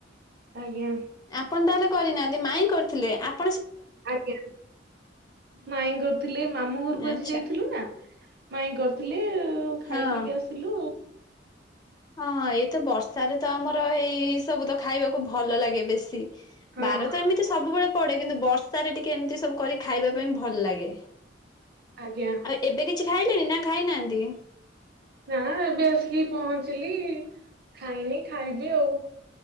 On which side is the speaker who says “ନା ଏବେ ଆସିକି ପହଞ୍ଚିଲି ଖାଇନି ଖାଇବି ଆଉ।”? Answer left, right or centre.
Right